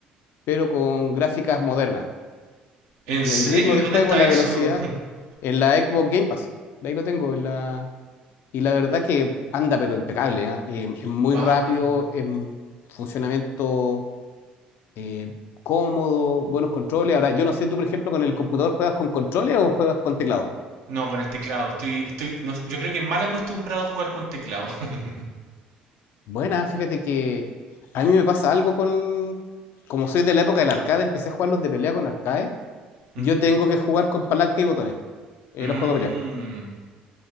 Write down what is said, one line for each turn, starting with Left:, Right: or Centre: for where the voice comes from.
Left: pero con gráficas modernas.
Right: ¿en
Left: El
Right: serio?
Left: ritmo
Right: ¿Y
Left: de
Right: dónde
Left: juego,
Right: está
Left: la
Right: eso?
Left: velocidad,
Right: <laughs>
Left: en la Xbox Game Pass. De ahí lo tengo. en la- y la verdad que anda, pero impecable, ¿ah? Eh, es muy
Right: Wow.
Left: rápido, en funcionamiento eh, cómodo, buenos controles. Ahora, yo no sé, tú, por ejemplo, con el computador, ¿juegas con controles o juegas con teclado?
Right: No, con el teclado. Estoy, estoy, no- yo creo que mal acostumbrado a jugar con teclado. <laughs>
Left: Buena, fíjate que a mí me pasa algo con. Como soy de la época del arcade, empecé a jugar los de pelea con arcade
Right: Ujú.
Left: Yo tengo que jugar con palanca y botones, eh,
Right: Mm.
Left: los juegos de pelea.